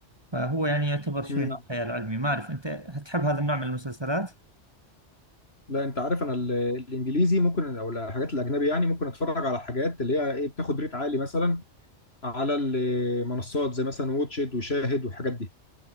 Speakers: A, on the right; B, on the left.
A: فهو يعني يعتبر شوي
B: امم
A: نوع خيال علمي ما أعرف أنت هتحب هذا النوع من المسلسلات
B: لا انت عارف انا ال- الانجليزي ممكن او الحاجات الاجنبي يعني ممكن اتفرج على حاجات اللي هي ايه بتاخد ريت عالي مثلا على المنصات زي مثلا واتشد وشاهد والحاجات دي